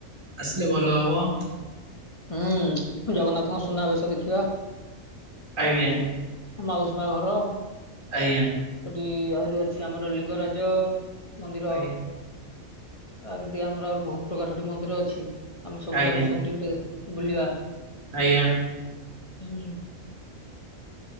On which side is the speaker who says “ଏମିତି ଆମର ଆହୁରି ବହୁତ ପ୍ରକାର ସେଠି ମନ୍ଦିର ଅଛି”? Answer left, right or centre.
Left